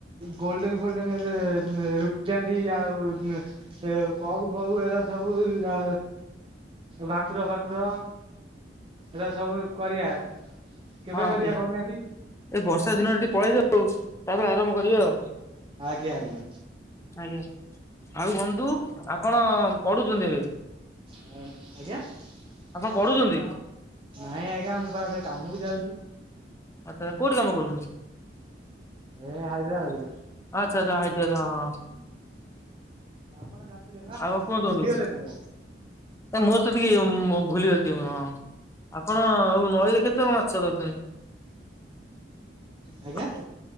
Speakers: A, on the right; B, on the left.
A: ଗୋଲଡେନ ଫୋଲଡେନ ଏବେ ରୁପଚାନ୍ଦୀ ଆଉ ଏ କଉ ଫଉ ଏରା ସବୁ ଜା ଭାକୁର ଫାକୁର ଏରା ସବୁ କରିବା। କେବେ
B: ହଁ
A: କରିବା
B: ଠିକ
A: କହୁନାହାନ୍ତି?
B: ଏଇ ବର୍ଷା ଦିନଟା ଟିକେ ପଳେଇଯାଉ ତାପରେ ଆରମ୍ଭ କରିବା ଆଉ।
A: ଆଜ୍ଞା ଆଜ୍ଞା।
B: ଆଜ୍ଞା ଆଉ ବନ୍ଧୁ ଆପଣ ପଢୁଛନ୍ତି ଏବେ?
A: ଆ ମ ଆଜ୍ଞା ନାଇଁ
B: ଆପଣ ପଢୁଛନ୍ତି
A: ଆଜ୍ଞା ମୁଁ ପା ଏବେ କାମକୁ ଯାଉଛି।
B: ଆଚ୍ଛା କୋଉଠି କାମ କରୁଛନ୍ତି?
A: ଏ ହାଇଦ୍ରାବାଦରେ।
B: ଆଚ୍ଛା ଆଚ୍ଛା ହାଇତାଦ ହଁ ହଁ।
A: ଆପଣ ଜାଣିଥିଲେ ବା
B: ଆଉ କୁହନ୍ତୁ କୁହନ୍ତୁ।
A: ଭୁଲିଗଲେ ନା କଣ?
B: ଏ ମୋର ତ ଟିକେ ମ ଭୁଲିଗଲି ଟିକେ ହଁ ଆପଣ ଆଉ ନଈରେ କେତେ ମା ଛ ଧରୁଛନ୍ତି?
A: ଆଜ୍ଞା